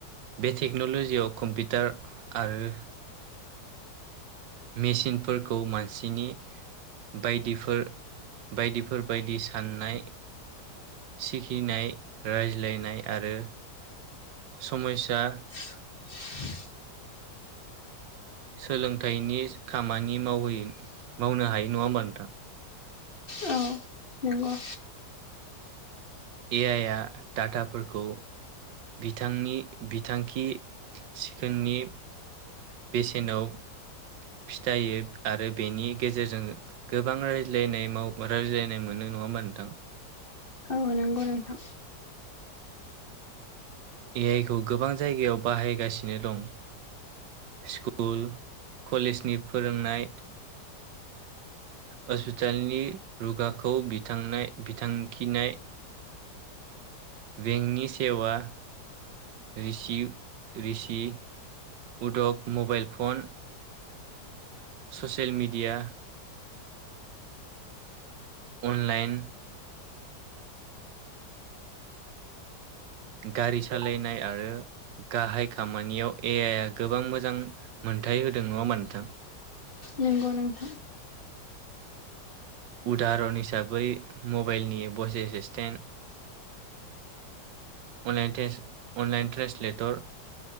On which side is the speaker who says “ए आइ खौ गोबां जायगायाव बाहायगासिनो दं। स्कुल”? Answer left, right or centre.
Right